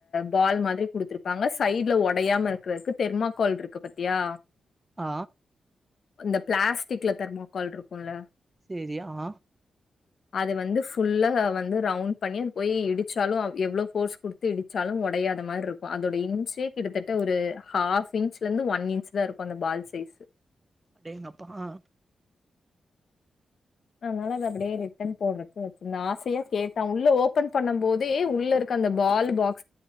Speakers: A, on the left (about 70°); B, on the right (about 20°).
A: பால் மாதிரி குடுத்துருப்பாங்க சைட்ல ஒடையாம இருக்கிறதுக்கு தெர்மாக்கோல் இருக்கு பாத்தியா
B: ஆ
A: அந்த பிளாஸ்டிக்ல தெர்மாக்கோல் இருக்குல்ல
B: சேரி ஆ
A: அது வந்து ஃபுல்லா வந்து ரவுண்ட் பண்ணி அது போய் இடிச் சாலும் எவ்ளோ போர்ஸ் குடுத்து இடிச்சாலும் ஒடையாத மார்ருக்கு அதோட இன்ச்சே கிட்ட தட்ட ஒரு ஹாஃப் இன்ச்ல இருந்து ஒன் இன்ச்தா இருக்கும் அந்த பால் சைஸ்
B: அடேங்கப்பா ஆ
A: அதுனால அத அப்டியே ரிட்டன் போடுறதுக்கு வச்சிருந்தே ஆசையா கேட்டா உள்ள ஓபன் பண்ணும்போதே உள்ள இருக்க அந்த பால் பாக்